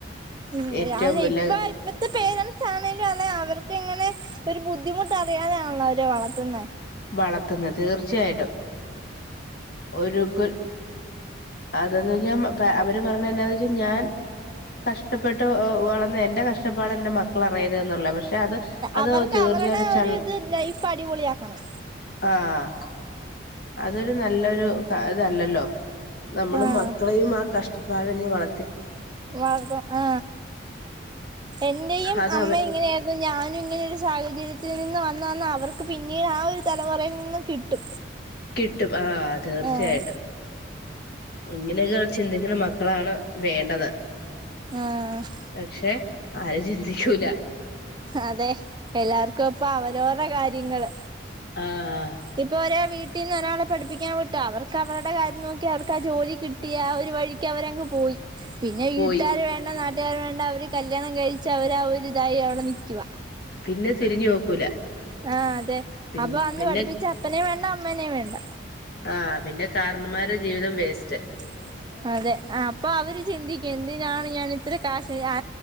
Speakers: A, on the right (about 20°); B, on the left (about 50°).
A: ഉം
B: ഏറ്റവും
A: ഞാനെ
B: വലിയ
A: ഇപ്പൊ ഇപ്പ ത്തെ പേരൻസ് ആണേലും അതെ അവർക്ക് ഇങ്ങനെ ഒരു ബുദ്ധിമുട്ട് അറിയാതെയാണല്ലോ അവരെ വളത്തുന്നെ
B: വളത്തുന്നെ തീർച്ചയായിട്ടും ഒരു കു അതെന്നാവെച്ചാ അവര് പറേണ എന്നാവെച്ചാ ഞാൻ കഷ്ടപ്പെട്ട് വളർന്ന് എന്റെ കഷ്ടപ്പാട് എൻ്റെ മക്കള് അറിയരുത് എന്നുള്ള പക്ഷെ അത് അത്
A: അവർക്ക്
B: തീർച്ചയായിട്ടും
A: അവരുടെ
B: ചൾ
A: ഒരു ഇത് ലൈഫ് അടിപൊളിയാക്കണം
B: ആഹ് അതൊരു നല്ലൊരു തല്ലല്ലോ നമ്മള്
A: ആഹ്
B: മക്കളെയും ആ കഷ്ടപ്പാടഞ് വള
A: വളർത്തും ആ എന്റെയും
B: അത്
A: അമ്മ
B: അവർ
A: ഇങ്ങനെ ന്ന് ഞാനും ഇങ്ങനെ ഒരു സാഹചര്യത്തിൽ നിന്ന് വന്നന്ന് അവർക്ക് പിന്നീട് ആ ഒരു തലമുറയിൽ നിന്നും കിട്ടും
B: കിട്ടും ആഹ് തീർച്ചയായിട്ടും
A: ആഹ്
B: ഇങ്ങനെയൊക്കെ ചിന്തിക്കുന്ന മക്കളാണ് വേണ്ടത്
A: ആഹ്
B: പക്ഷെ ആരും ചിന്തിക്കൂല
A: അതെ എല്ലാർക്കും പ്പൊ അവരോവരുടെ കാര്യങ്ങള്
B: ആഹ്
A: ഇപ്പൊ ഒരാ വീട്ടീന്ന് ഒരാളെ പഠിപ്പിക്കാൻ വിട്ടു. അവർക്ക് അവരുടെ കാര്യം നോക്കി അവർക്ക് ആ ജോലി കി ട്ടി ആ ഒരു വഴിക്ക് അവരങ്ങ് പോയി. പിന്നെ
B: പോയി
A: വീട്ടുകാര് വേണ്ട. നാട്ടുകാര് വേണ്ട. അവര് കല്യാണം കഴിച്ചു അവര് ആ ഒരു ഇതായി അവി ടെ നിക്കുവ
B: പിന്നെ തിരിഞ്ഞു നോക്കൂല
A: ആ അതെ
B: പി
A: അപ്പൊ അന്ന്
B: പിന്നെ
A: പഠിപ്പിച്ച അപ്പനേം വേണ്ട അമ്മനേം വേണ്ട.
B: ആഹ് പിന്നെ കാരണന്മാരെ ജീവിതം വേസ്റ്റ്.
A: <unintelligible> അതെ ആ അപ്പൊ അവര് ചിന്തിക്കും എന്തിനാണ് ഞാൻ ഇത്ര കാശ് ഞാ